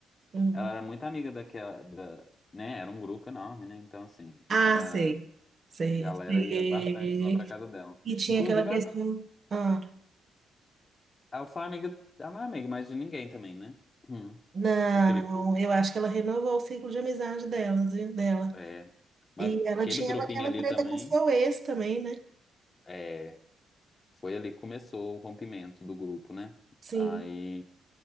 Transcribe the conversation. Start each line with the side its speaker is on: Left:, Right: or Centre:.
Right: Uhum.
Left: ela era muito amiga daquela, da, né? Era um grupo enorme, né? Então, assim,
Right: Ah,
Left: era,
Right: sei. Sei.
Left: a galera
Right: Sei.
Left: ia bastante lá pra casa dela.
Right: E tinha
Left: Inclusive,
Right: aquela questão.
Left: ela,
Right: Ah,
Left: ela só é amiga, ela não é amiga mais de ninguém também, né? Hum,
Right: não,
Left: daquele grupo.
Right: eu acho que ela renovou o ciclo de amizade delas, viu? Dela.
Left: É, mas
Right: E ela
Left: aquele
Right: tinha
Left: grupinho
Right: aquela
Left: ali
Right: treta
Left: também.
Right: com seu ex também, né?
Left: É, Foi ali que começou o rompimento do grupo, né?
Right: Sim.
Left: Aí